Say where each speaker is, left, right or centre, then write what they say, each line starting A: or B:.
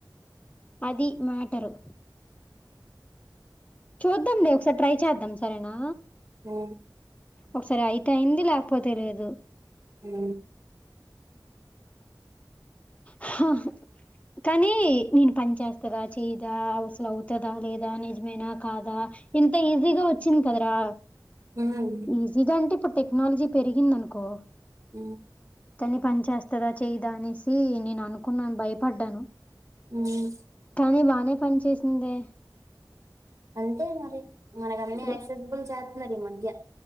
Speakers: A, on the left (about 15°); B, on the right (about 45°).
A: అది మేటర్ ఉ చూద్దాంండి ఒకసారి ట్రై చేద్దాం సరేనా
B: ఆ
A: ఒకసారి అయితయింది లేకపోతే లేదు
B: అ
A: హ కానీ నేను పని చేస్తాదా చేయదా అసలు అవుతందా లేదా నిజమేనా కాదా ఇంత ఈజీగా వచ్చింది కదరా
B: ఉమ్,
A: ఈజీగా అంటే ఇప్పుడు టెక్ టెక్నాలజీ పెరిగిందనుకో
B: ఉమ్
A: కాని పంచస్త వస్తుదా చేయదా అనేసి నేను అనుకున్నాను భయపడ్డాను
B: ఉమ్.
A: కానీ బానే పని చేసిందే
B: అంతే మరి మనకి అన్ని
A: అదే
B: అక్సెసబల్ చా న్నరి మధ్య